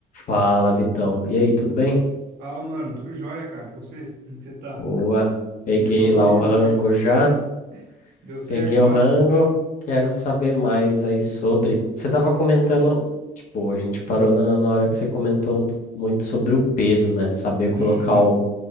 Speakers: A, on the left; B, on the right.
A: Fala, Vitão. E aí, tudo bem?
B: Fala, mano. Tudo jóia, cara. E você? Como que você tá?
A: Boa. Peguei
B: Tô meio dolorido
A: lá o rango
B: hoje.
A: já.
B: <laughs> Deu certo
A: Peguei o
B: lá?
A: rango. Quero saber mais aí sobre. Você tava comentando, tipo, a gente parou na, na hora que você comentou muito sobre o peso, né? Saber colocar
B: Uhum,
A: o,